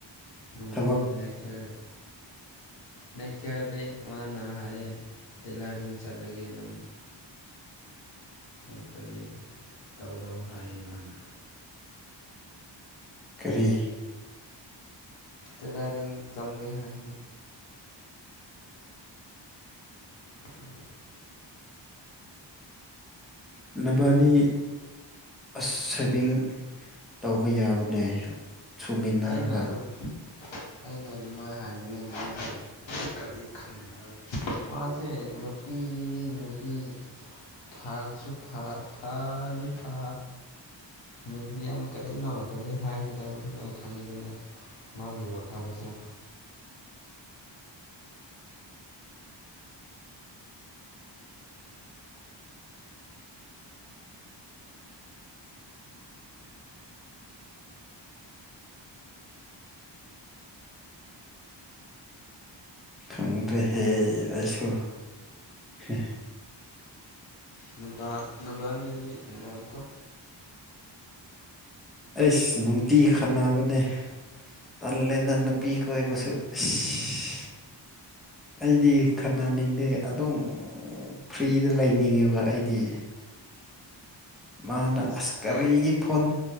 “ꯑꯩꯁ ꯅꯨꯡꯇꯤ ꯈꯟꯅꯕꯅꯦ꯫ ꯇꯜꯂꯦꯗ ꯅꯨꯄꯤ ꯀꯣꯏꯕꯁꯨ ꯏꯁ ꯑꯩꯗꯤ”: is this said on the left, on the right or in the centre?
Centre